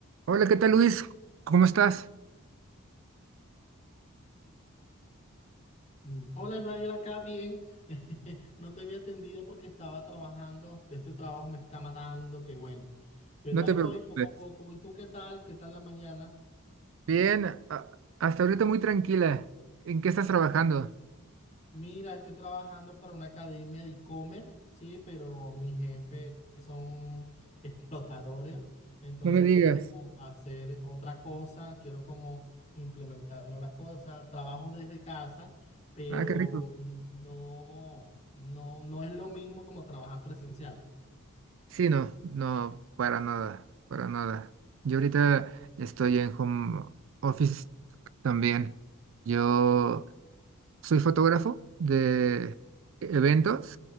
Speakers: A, on the right (about 65°); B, on the left (about 30°).
A: Hola, ¿qué tal Luis? ¿Cómo estás?
B: Mm, Hola Israel, acá bien. <laughs> No te había atendido porque estaba trabajando. Este trabajo me está matando, qué bueno. Pero
A: No te
B: ahí
A: preocupes.
B: voy poco a poco. ¿Y tú qué tal? ¿Qué tal la mañana?
A: Bien, a- hasta ahorita muy tranquila. ¿En qué estás trabajando?
B: Mira, estoy trabajando para una academia de e-commerce, sí, pero mis jefes son <laughs> explotadores. Entonces
A: No me digas.
B: quiero como hacer otra cosa, quiero como implementar nuevas cosas. Trabajo desde casa pero
A: Ah, qué rico.
B: no, no, no es lo mismo como trabajar presencial.
A: Sí, no, no, para nada, para nada. Yo ahorita estoy en home office también. Yo Soy fotógrafo de eventos,